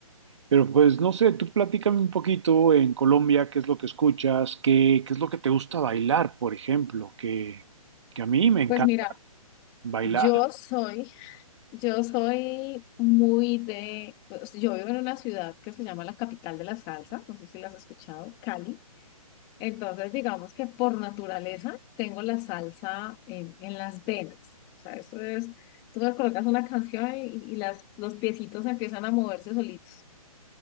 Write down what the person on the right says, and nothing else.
Pero pues no sé, tú platícame un poquito en Colombia, qué es lo que escuchas, qué, qué es lo que te gusta bailar, por ejemplo, que, que a mí me encanta
bailar.